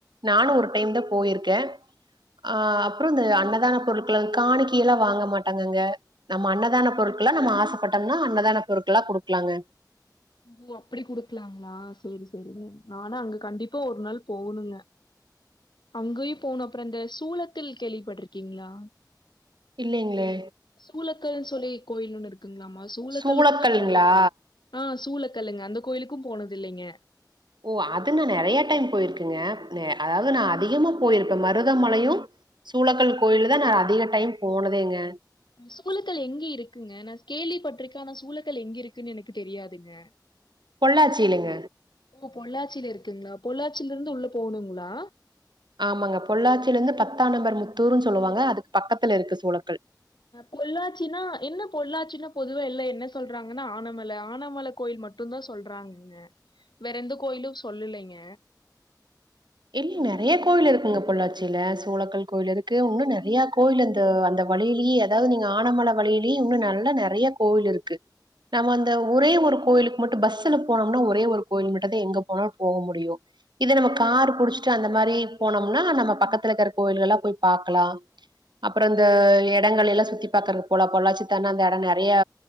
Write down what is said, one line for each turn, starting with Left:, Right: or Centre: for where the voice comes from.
Right: நானும் ஒரு டைம்தா போயிருக்கே ஆ அப்றோ இந்த அன்னதான பொருட்கள காணிக்கை எல்லா வாங்க மாட்டாங்கங்க நம்ம அன்னதான பொருட்கள நம்ம ஆசைப்பட்டன்னா அன்னதான பொருட்களா குடுக்கலாங்க
Left: ஓ ஓ அப்பிடி குடுக்கலாங்ளா சேரி சேரி ஆனா அங்க கண்டிப்பா ஒரு நாள் போகணுங்க அங்கயு போணு அப்றோ இந்த சூளத்தில் கேள்விப்பட்டிருக்கீங்ளா
Right: இல்லைங்ளே
Left: சூலக்கல்ன்னு சொல்லி கோயில் ஒன்னு இருக்குங்ளாமா சூலக்கல்லுக்கு
Right: சூளக்கல்ங்களா?
Left: நா போனது ஆ சூளக்கல்லுங்க அந்த கோயிலுக்கு போனது இல்லைங்க
Right: ஓ அது நா நெறைய டைம் போயிருக்கங்க நெ அதாவது நா அதிகமா போயிருப்பே மருதமலையு சூளக்கல் கோயில் தா நா அதிக டைம் போனதேங்க
Left: அந்த சூழக்கல் எங்க இருக்குங்க நா கேள்விப்பட்ருக்கே ஆனா சூழக்கல் எங்க இருக்குன்னு எனக்கு தெரியாதுங்க அ
Right: பொள்ளாச்சியிலங்க
Left: ஓ பொள்ளாச்சியில இருக்குங்ளா பொள்ளாச்சியில இருந்து உள்ள போகணுங்ளா
Right: ஆமாங்க பொள்ளாச்சியில இருந்து பத்தா நம்பர் முத்தூர்ன்னு சொல்லுவாங்க அதுக்கு பக்கத்துல இருக்கு சூழக்கல்
Left: பொள்ளாச்சின்னா என்ன பொள்ளாச்சின்னா பொதுவா எல்லா என்ன சொல்றாங்கன்னா ஆனமலை ஆனமலை கோயில் மட் டுந்தா சொல்றாங்கங்க வேற எந்த கோயிலும் சொல்லலைங்க
Right: இல்லங்
Left: அதனால
Right: நெறைய கோவில் இருக்குங்க பொள்ளா ச்சில சூழக்கல் கோயில் இருக்கு இன்னும் நெறையா கோயில் அந்த அந்த வழியிலயே அதாவது நீங்க ஆனமலை வழி ழியே இன்னும் நல்ல நெறைய கோயில் இருக்கு நம்ம அந்த ஒரே ஒரு கோயிலுக் மட்டு பஸ்சுல போனம்னா ஒரே ஒரு கோயில் மட்டுந்தா எங்க போனாலு போக முடியு இதே நம்ம கார் புடிச்சிட்டு அந்த மாறி போனம்னா நம்ம பக்கத்துல இக்கற கோயில்கள் எல்லா போய் பாக்கலா அப்புற இந்த இடங்கள் எல்லா சுத்தி பாக்குறதுக்கு போலா பொள்ளாச்சி தாண்டுனா அந்த இடம் நெறையா